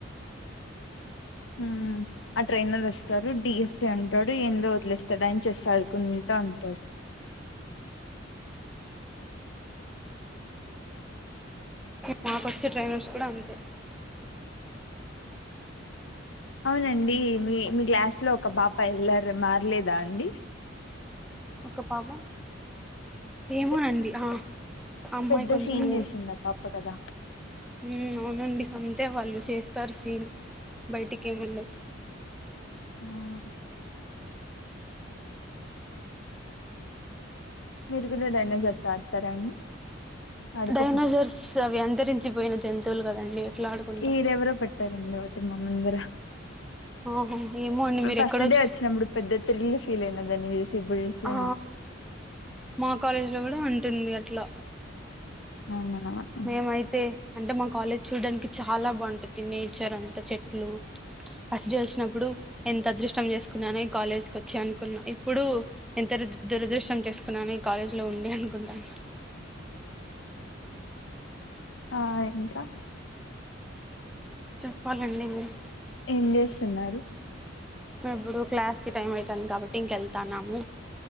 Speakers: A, on the left; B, in the centre.
A: హ్మ్ ఆ ట్రైనర్ వస్తారు డిఎస్సి అంటాడు ఏందో వదిలే ఆయన చేస్ ఆడుకుంటా ఉంటారు
B: మాకొచ్చే ట్రైనర్స్ కూడా అంతే
A: అవునండి మీ మీ క్లాస్లో ఒక పాప అల్లరి మారలేదా అండి
B: ఒక పాప ఏమోనండి
A: స-
B: ఆ అమ్మాయి
A: పెద్ద
B: కొంచము
A: సీన్ చేసింది ఆ పాప కదా
B: మ్ అవునండి అంతే వాళ్ళు చేస్తారు సీను బయటికి వెళ్ళ
A: అవునా మీరు కూడా డైనోసర్తో ఆడతారాండి అడుకోపో
B: డైనోసర్స్ అవి అంతరించిపోయిన జంతువులు కదండి ఎట్లా ఆడుకుంటాం
A: ఇది ఎవరో పెట్టారండి ఒకటి మా ముందర
B: ఆహో ఏమో అండి మీరు
A: ఫస్ట్
B: ఎక్కడో
A: డే
B: చూ
A: వచ్చినప్పుడు పెద్ద త్రిల్ ఫీల్ అయిన దాన్ని చూసి ఇప్పుడు చూస్తే
B: ఆ మా కాలేజ్లో కూడా ఉంటుంది అట్లా
A: అవునా
B: మేమయితే అంటే మా కాలేజ్ చూడ్డానికి చాలా బావుంటది నేచర్ అంత చెట్లు ఫస్ట్ డే వచ్చినప్పుడు ఎంత అదృష్టం చేసుకున్నానో ఈ కాలేజ్కి వచ్చి అనుకున్నా ఇప్పుడు ఎ దురద్ దురదృష్టం చేసుకున్నాను ఈ కాలేజ్లో ఉండి అనుకుంటాను
A: ఆ ఇంకా
B: చెప్పాలండి మీరు
A: ఏం చేస్తున్నారు
B: ఇప్పుడు క్లాస్కి టైం అవుతుంది కాబట్టి ఇంకెళ్తాన్నాము